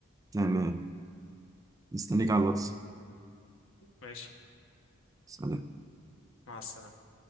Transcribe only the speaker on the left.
ماشي
مع السلامة